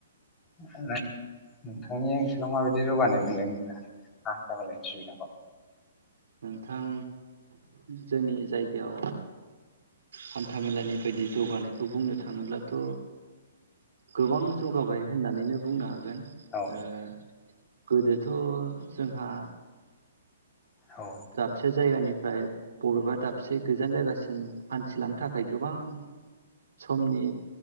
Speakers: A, on the left; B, on the right.
A: नोंथांनि ओनसोलाव माबायदि जौगानाय मोनदों नोंथाङा मा हान्था मालानि सुबिदाखौ?
B: नोंथां जोंनि जायगायाव हान्थामेलानि बायदि जौगानायखौ बुंनो थाङोब्लाथ' गोबां जौगाबाय होननानैनो बुंनो हाग गोन
A: औ
B: ओ गोदोथ' जोंहा
A: औ
B: दाबसे जायगानि फ्राय बबेबा दाबसे गोजान जायगासिम हान्थिलांनो थाखाय गोबां समनि